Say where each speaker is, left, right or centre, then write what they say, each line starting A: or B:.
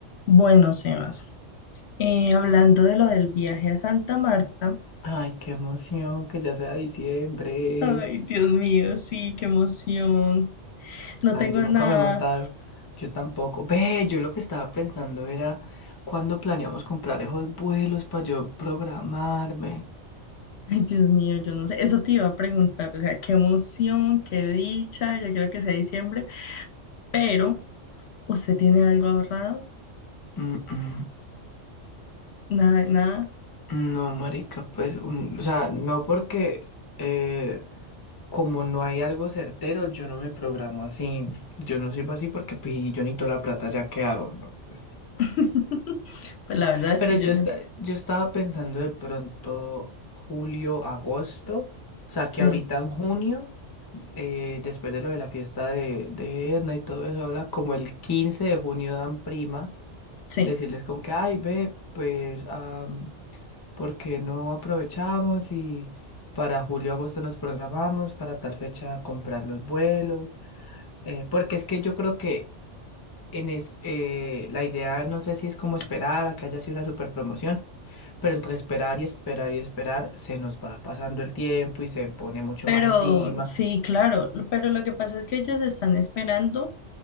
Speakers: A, on the left (about 65°); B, on the left (about 40°).
A: Bueno, Sebas, eh, hablando de lo del viaje a Santa Marta,
B: Ay, qué emoción que ya sea diciembre.
A: ay, Dios mío, sí, qué emoción. No
B: Ay,
A: tengo
B: yo
A: nada.
B: nunca me he montado, yo tampoco. Ve, yo lo que estaba pensando era cuándo planeamos comprar esos vuelos para yo programarme.
A: Ay, Dios mío, yo no sé. Eso te iba a preguntar, o sea, qué emoción, qué dicha, yo quiero que sea diciembre, pero ¿usted tiene algo ahorrado?
B: Mm, mm.
A: Nada, nada.
B: No, marica, pues, un- o sea, no porque eh, como no hay algo certero, yo no me programo así. Yo no sirvo así porque pues, si yo necesito la plata, ¿ya qué hago? ¿no? Pues,
A: <laughs> Pues la verdad es
B: Pero
A: que
B: yo,
A: yo,
B: esta- yo estaba pensando de pronto julio, agosto, o sea
A: sí,
B: que ahorita en junio, eh, después de lo de la fiesta de, de Edna y todo eso, habla como el 15 de junio dan prima,
A: sí.
B: decirles como que, ay, ve, pues, am, ¿por qué no aprovechamos y para julio, agosto nos programamos para tal fecha comprar los vuelos? Eh, porque es que yo creo que en es- eh, la idea, no sé si es como esperar a que haya sido una super promoción pero entre esperar y esperar y esperar, se nos va pasando el tiempo y se pone mucho
A: Pero
B: más encima.
A: sí, claro, pero lo que pasa es que ellos están esperando.